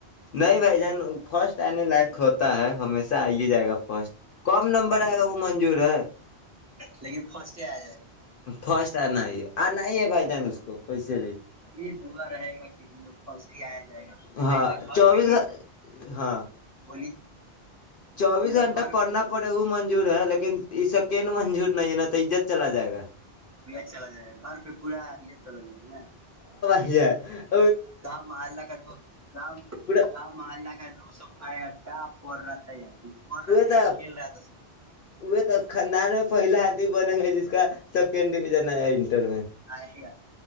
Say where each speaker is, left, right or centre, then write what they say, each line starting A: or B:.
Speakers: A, on the left; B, on the right.
A: نہیں بھائی جان فرسٹ لٹ خط ہے ہمیشہ آئیے جائے گا فرسٹ کم
B: چل
A: نمبر آئے گا
B: رہا
A: وہ منجور ہے
B: لیکن فرسٹ ہی آیا جائے گا
A: فرسٹ آنا ہے آ نہیں ہے بھائی ن اس کوس بھی
B: یہ دعا رہے گا کہ ہم لوگ فسٹ ہی آیا جائے گا
A: ہاں
B: نہیں تو گھر
A: چوبیس
B: پہ ہی
A: ہاں
B: بولی
A: چوبیس
B: ادھر
A: گھنٹہ
B: گھر
A: پڑنا پڑے وہ منجور ہے لیکن اس سے ن منجور نہیں ہے نا تو عزت چلا جائے گا
B: یہ چلا جائے گا گھر پہ پورا یہ چلا جائے گا نا
A: یہ <unintelligible>
B: گاؤ محلہ کا دو گاؤں
A: پورا
B: گاؤں محلہ کا دو ستا ہے کیا پ رہا تھا یار پڑ رہا تھا
A: تو
B: کہ کھیل رہا تھا
A: تو کنان میں پہلا آدمی بنے گے جس کا سیکنڈ ڈویژن ہے میں
B: آئے گا